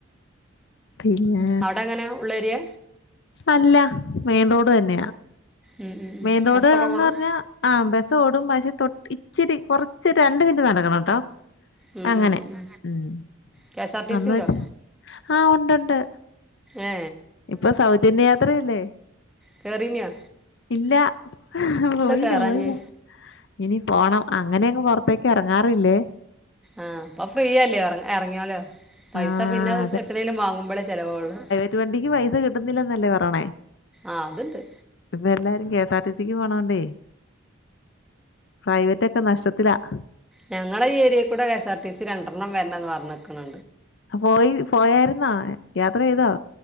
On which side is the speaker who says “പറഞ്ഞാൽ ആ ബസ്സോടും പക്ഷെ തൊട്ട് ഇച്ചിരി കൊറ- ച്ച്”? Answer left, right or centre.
Left